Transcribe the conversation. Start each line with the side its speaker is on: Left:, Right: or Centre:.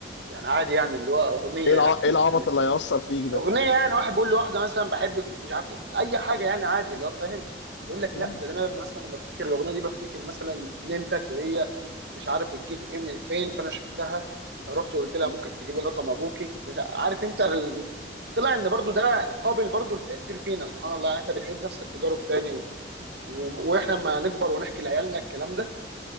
Right: يعني عادي يعني اللي هو اغنيه
Left: ايه
Right: يعني
Left: الع... ايه العبط اللي
Right: <laughs>
Left: هيأثر فيك ده
Right: اغنيه يعني واحد بيقول لواحده مثلا بحبك مش عارف إيه، اي حاجه يعني عادي اللي هو فاهم يقول لك
Left: مم.
Right: لا ده انا مثلا لما بفتكر الاغنيه دي بفتكر مثلا ننتك وهي مش عارف بتجيب ايه من فين فانا شفتها فرحت قلت لها
Left: مم.
Right: ممكن تجيبي رقم ابوكي مش عارف انت
Left: مم.
Right: ال... <laughs> طلع ان برضو ده قابل برضو للتاثير فينا سبحان الله يعني احنا بنعيد نفس التجارب تاني و... و... واحنا لما نكبر ونحكي لعيالنا الكلام ده